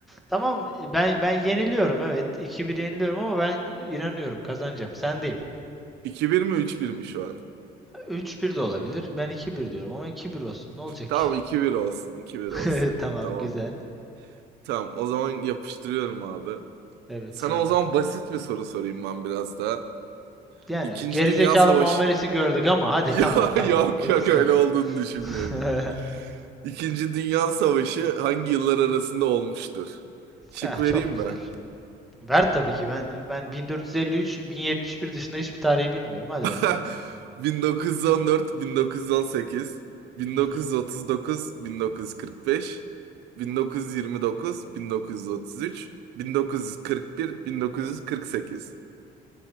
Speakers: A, in the centre; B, on the right (about 80°).
A: Tamam e, ben ben yeniliyorum evet. iki bir yeniliyorum ama ben inanıyorum kazanacağım. Sendeyim.
B: 2-1 mi üç bir mi şu an?
A: Üç bir de olabilir. Ben iki bir
B: Hı.
A: diyorum ama iki bir olsun. Ne olacak?
B: Tamam
A: ki?
B: iki bir olsun. iki bir
A: <laughs>
B: olsun.
A: Tamam
B: Tamam.
A: güzel.
B: Tamam, o zaman yapıştırıyorum abi.
A: Evet
B: Sana
A: sendeyim.
B: o zaman basit bir soru sorayım ben biraz da.
A: Yani
B: İkinci
A: gerizekalı
B: Dünya Savaşı...
A: muamelesi gördük ama
B: <laughs>
A: hadi
B: ya
A: tamam tamam.
B: yok
A: Buyur
B: yok
A: sen.
B: öyle olduğunu düşünmüyorum.
A: <laughs>
B: İkinci Dünya Savaşı hangi yıllar arasında olmuştur? Şık
A: Eh,
B: vereyim
A: çok
B: mi?
A: güzel. Ver tabii ki ben ben 1453 1071 dışında hiçbir tarihi bilmiyorum. Hadi
B: <laughs>
A: bakalım.
B: 1914, 1918, 1939,
A: Hı hı.
B: 1945, 1929, 1933, 1941, 1948.